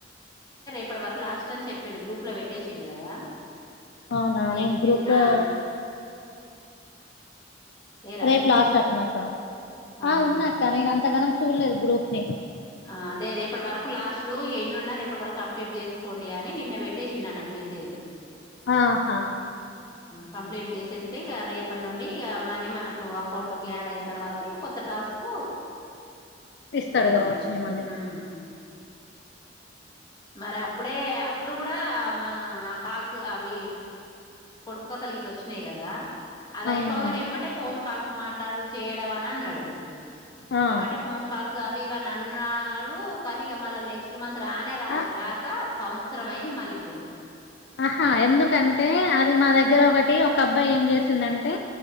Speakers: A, on the left; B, on the left.
A: ఇప్పటి వరకు లాస్ట్ టని చెప్పిడు గ్రూప్ లో పెట్టేసిడు కదా
B: అవునాను
A: ఏమి
B: నేను గ్రూప్
A: ఎన్
B: లో
A: ఆ లేరా
B: రేపు
A: అండి మీరు
B: లాస్ట్
A: గ్రూప్
B: అట్న్నాక ఆ
A: ఆహా
B: ఉన్నాక్క నేను అంతగానం చూలేదు గ్రూప్ని
A: అదే రేపుటి వరకు లాస్ట్ ఎన్నున్నేప్పటి వరకు కంప్లీట్ చేసుకోండి అని నిన్న పెట్టేసిన్న అన్నట్టు మెసేజ్
B: ఆహా
A: కంప్లీట్ చేసేస్తే ఇక రేపటి నుండి మనీ మనకు అకౌంట్లోకి యాడ్ అయిన తర్వాతక కొత్త టాస్క్
B: ఇిస్తడుగా
A: ఇస్తాడు అన్నట్టు
B: వచ్చు మళ
A: ఉమ్ మరి అప్పుడే అప్పుడు కూడా మా ఆ కాల్స్ అవి పొడుపు కథల ఇట్ వచ్చినాయి కదా అద
B: అవునవును
A: అపో అ ఎమ్మటే ఫోన్ కాల్స్ మాట్లాడు చేయడం అని అన్నాడు
B: ఆ
A: ఎ మట ఫోన్ కల్స్ వ అ అన్నారు కానీక మళ్ళ నెక్స్ట్ మంత్ రానే రాలేదు
B: ఆ
A: రాక సంవత్సరం అయింది మళ్ళ ఇప్పుడు
B: ఆహా ఎందుకంటే అది మా దగ్గర ఒకటి ఒక అబ్బాయి ఏం చేసిందంటే